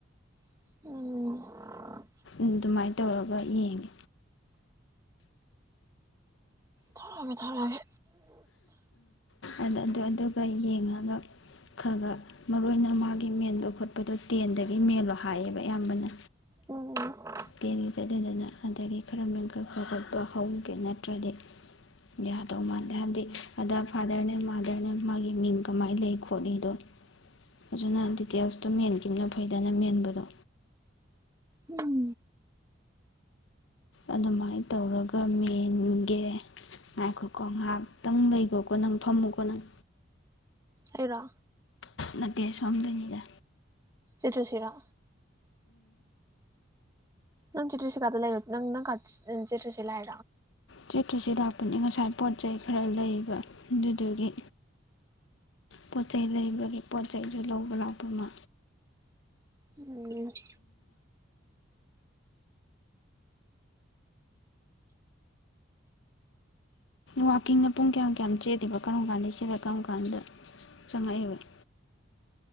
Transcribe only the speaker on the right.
ꯎꯝ
ꯊꯔꯒꯦ ꯊꯔꯒꯦ
ꯎꯝ
ꯎꯝ
ꯑꯦꯔ
<unintelligible> ꯁꯤꯔꯥ ꯅꯪ ꯆꯤꯠꯁꯤꯂꯥꯗ ꯅꯪ ꯅꯪ ꯆꯤꯠ꯭ꯔꯁꯤꯂꯥꯏ
ꯎꯝ <inaudible>